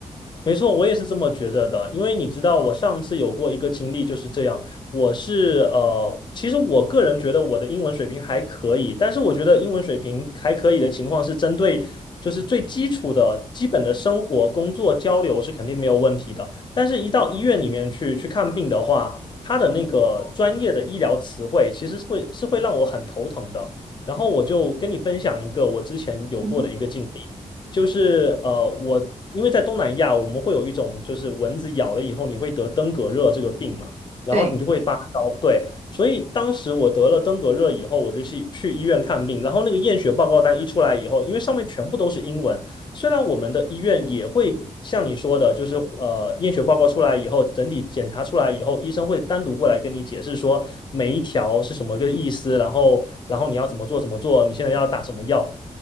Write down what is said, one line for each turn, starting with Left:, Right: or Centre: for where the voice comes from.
Left: 没错，我也是这么觉着的，因为你知道，我上次有过一个经历就是这样。我是呃，其实我个人觉得我的英文水平还可以，但是我觉得英文水平还可以的情况是针对就是最基础的、基本的生活、工作交流是肯定没有问题的。但是，一到医院里面去去看病的话，他的那个专业的医疗词汇其实是会是会让我很头疼的。然后我就跟你分享一个我之前有过的一个经历。
Right: 嗯哼，
Left: 就是呃，我因为在东南亚，我们会有一种就是蚊子咬了以后你会得登革热这个病嘛，然后你就会发烧。
Right: 对，
Left: 对，所以当时我得了登革热以后，我就去去医院看病，然后那个验血报告单一出来以后，因为上面全部都是英文，虽然我们的医院也会像你说的，就是呃验血报告出来以后，整体检查出来以后，医生会单独过来跟你解释说每一条是什么个意思，然后然后你要怎么做怎么做，你现在要打什么药，